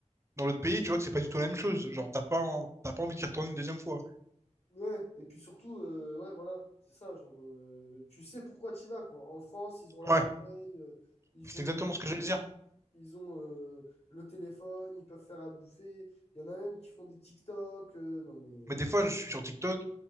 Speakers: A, on the right (about 25°); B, on the left (about 55°).
A: dans l'autre pays, tu vois que c'est pas du tout la même chose. Genre, t'as pas, en- t'as pas envie d'y retourner une deuxième fois.
B: Ouais, et puis surtout, euh, ouais, voilà, c'est ça, genre, euh, tu sais pourquoi tu vas, quoi. En France, ils ont la
A: Ouais,
B: Play, euh, ils
A: c'est
B: ont,
A: exactement ce que j'allais dire.
B: ils ont euh, le téléphone, ils peuvent faire à bouffer. Il y en a même qui font des TikTok. euh, non, mais,
A: Mais des fois, je suis sur TikTok,